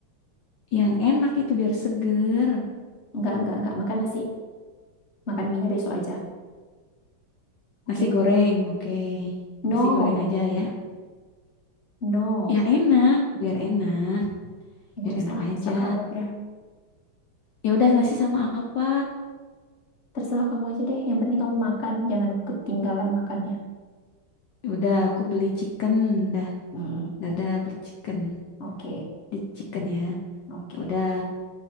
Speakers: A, on the left; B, on the left.
A: yang enak itu biar seger.
B: Nggak, nggak, nggak. Makan nasi. Makan mie-nya besok aja. Oke?
A: Nasi goreng, oke.
B: No,
A: Nasi goreng aja ya.
B: no.
A: Ya enak, biar enak,
B: Egois
A: biar enak
B: lah.
A: aja.
B: Sekarang.
A: Ya udah nasi sama apa?
B: Terserah kamu aja deh. Yang penting kamu makan, jangan ketinggalan makannya.
A: Ya udah aku beli chicken dah.
B: Mm-mm.
A: Dah, dah beli chicken.
B: Oke,
A: Di chicken ya.
B: oke.
A: Ya udah.